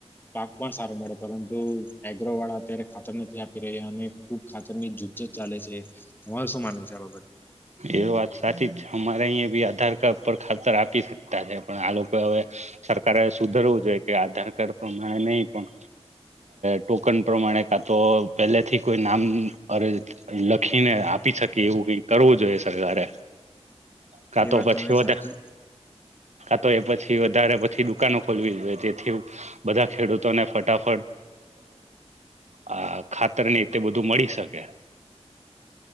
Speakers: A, on the left; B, on the right.
A: પાક પણ સારો મળે પરંતુ એગ્રો વાળ અત્યારે. ખાતર નથી આપી રહ્યા અને ખુબ ખાતર ની જુજ્જત ચાલે છે તમાર શું માનવું છે. આ બાબત પર?
B: એ વાત સાચી જ છે અમારે અહીંયા આધાર કાર્ડ પર ખાતર આપી શકાય. તતાણ પણ આ લોકો હવે સરકારે સુધરવું જોઈએ કે આધાર કાર્ડ? પ્રમાણે નહી પણ ટોકન પ્રમાણે ખાતાર માણવું જોઈએ. તો પહેલેથી કોઈ નામ અ લખીને આપી શકે એવું કઈ કરવું જોઈએ સરકાર ને. કા
A: એ
B: તો
A: વાત
B: પછી
A: તમે
B: વધારે.
A: સાચી
B: તો એ પછી વધારે પછી દુકાનો ખોલવી જોઈએ તેથી બધા ખેડૂતોને ફટાફટ. આ ખાતર ની તે બધું મળી શકે.